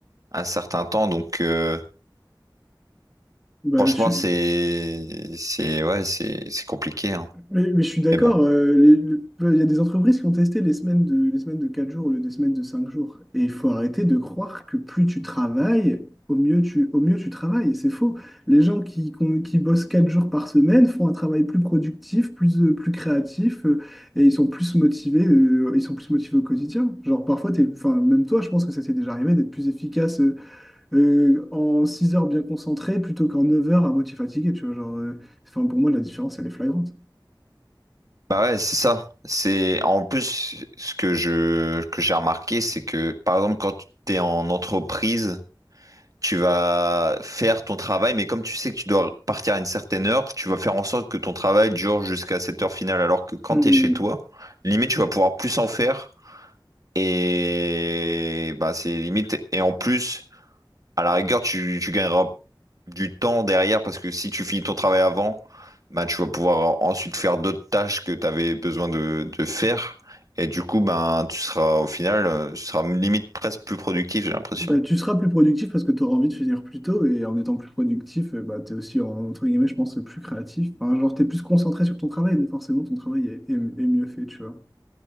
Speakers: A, on the right; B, in the centre.
A: un certain temps, donc, euh,
B: Bah,
A: franchement,
B: je,
A: c'est, c'est, ouais, c'est, c'est compliqué, hein.
B: Mais, mais je suis d'accord,
A: Mais bon.
B: euh, les- le- il y a des entreprises qui ont testé les semaines de, les semaines de 4 jours au lieu des semaines de 5 jours. Et il faut arrêter de croire que plus tu travailles, au mieux tu, au mieux tu travailles. C'est faux. Les gens qui, qu'on- qui bossent 4 jours par semaine font un travail plus productif, plus, euh, plus créatif, euh, et ils sont plus motivés, euh, ils sont plus motivés au quotidien. Genre parfois, t'es, enfin, même toi, je pense que ça t'est déjà arrivé d'être plus efficace euh, euh, en 6 heures bien concentré plutôt qu'en 9 heures à moitié fatigué. Tu vois, genre, euh, enfin, pour moi, la différence, elle est flagrante.
A: Bah ouais, c'est ça. C'est en plus ce que je que j'ai remarqué, c'est que par exemple quand tu es en entreprise, tu vas faire ton travail, mais comme tu sais que tu dois partir à une certaine heure, tu vas faire en sorte que ton travail dure jusqu'à cette heure finale, alors que quand
B: Mm,
A: tu es chez
B: mm.
A: toi, limite tu vas pouvoir plus en faire et bah c'est limite et en plus à la rigueur tu, tu gagneras du temps derrière parce que si tu finis ton travail avant ben tu vas pouvoir ensuite faire d'autres tâches que tu avais besoin de, de faire. Et du coup, ben, tu seras au final, euh, tu seras limite presque plus productif, j'ai l'impression.
B: Bah, tu seras plus productif parce que tu auras envie de finir plus tôt et en étant plus productif, euh, bah, tu es aussi, en- entre guillemets, je pense, plus créatif. Enfin, genre, tu es plus concentré sur ton travail, donc forcément, ton travail est, est- est mieux fait, tu vois.